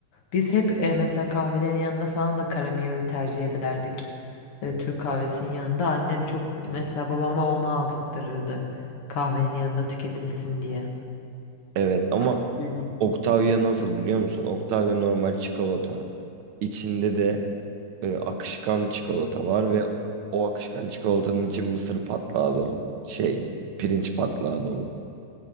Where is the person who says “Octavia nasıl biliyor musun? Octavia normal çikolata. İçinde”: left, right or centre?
Right